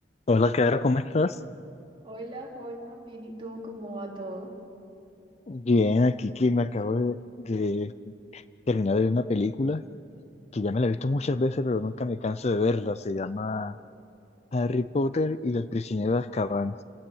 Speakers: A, on the left; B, on the right.
A: Hola, Caro, ¿cómo estás?
B: Hola, Holman, bien, ¿y tú? ¿Cómo va todo?
A: Bien, aquí que me acabo de, de terminar de ver una película que ya me la he visto muchas veces, pero nunca me canso de verla. Se llama Harry Potter y el prisionero de Azkaban.